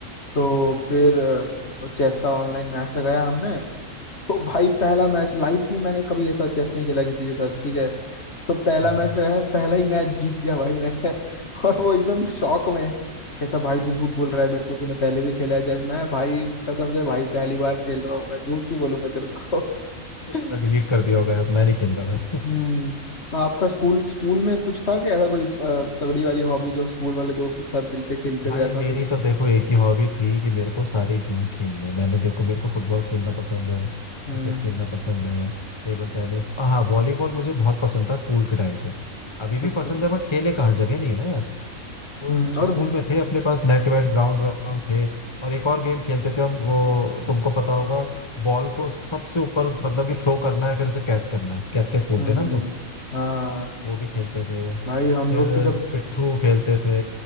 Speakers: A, on the left; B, on the left.
A: तो फिर अ, चेस का ऑनलाइन मैच लगाया हमने तो भाई पहला मैच लाइफ में मैंने कभी ऐसा चेस नहीं खेला किसी के साथ ठीक है तो पहला
B: हाँ
A: मैच
B: हाँ
A: लगाया पहला ही मैच जीत गया भाई मैं <laughs> और वो एकदम शॉक में कहता भाई तू झूठ बोल रहा है मेरे को तूने पहले भी खेला है जैसे मैं भाई कसम से भाई पहली बार खेल रहा हूँ मैं झूठ क्यों बोलूंगा तेरे को
B: तो उसने
A: <laughs>
B: डिलीट कर दिया होगा मैं नहीं खेल रहा मैं
A: हम्म तो आपका स्कूल स्कूल में कुछ था कि ऐसा कोई अ, तगड़ी वाली हॉबी जो स्कूल वाले दोस्तों के साथ मिलके खेलते
B: भाई
A: थे ऐसा
B: मेरी
A: कुछ
B: तो देखो एक ही हॉबी थी कि मेरे को सारे गेम खेलने मैंने देखो मेरे को फुटबॉल खेलना पसंद है
A: हम्म
B: क्रिकेट खेलना पसंद है टेबल टेनिस हाँ वॉलीबॉल मुझे बहुत पसंद था स्कूल के टाइम पे अभी भी
A: अच्छा
B: पसंद है बट खेले कहाँ जगह नहीं है ना यार तो
A: हम्म और
B: स्कूल में थे अपने पास नेट वेट ग्राउंड ग्राउंड थे और एक और गेम खेलते थे हम वो तुमको पता होगा बॉल को सबसे ऊपर मतलब कि थ्रो करना है फिर उसे कैच करना है कैच कैच बोलते
A: हम्म
B: हैं ना हम लोग
A: हाँ
B: वो भी खेलते थे
A: भाई हम
B: फिर
A: लोग
B: अ,
A: तो जब
B: पिट्ठू खेलते थे